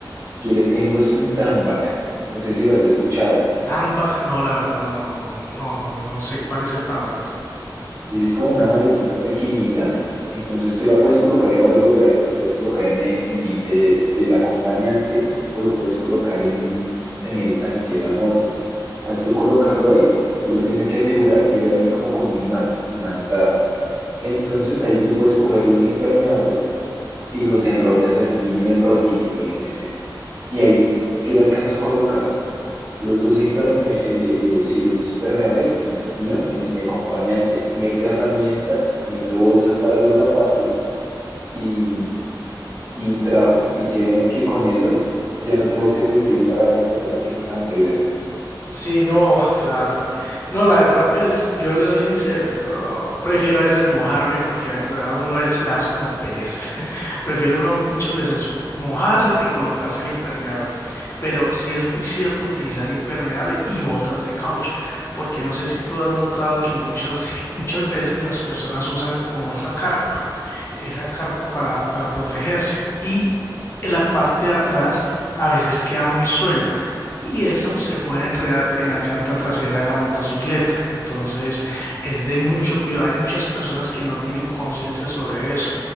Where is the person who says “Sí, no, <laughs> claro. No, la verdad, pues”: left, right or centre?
Left